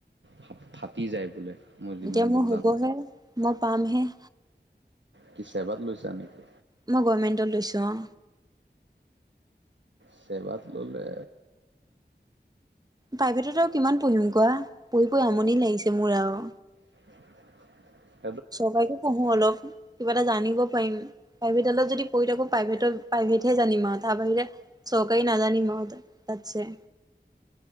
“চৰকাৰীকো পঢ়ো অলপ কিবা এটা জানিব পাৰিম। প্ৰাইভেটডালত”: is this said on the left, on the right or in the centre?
Right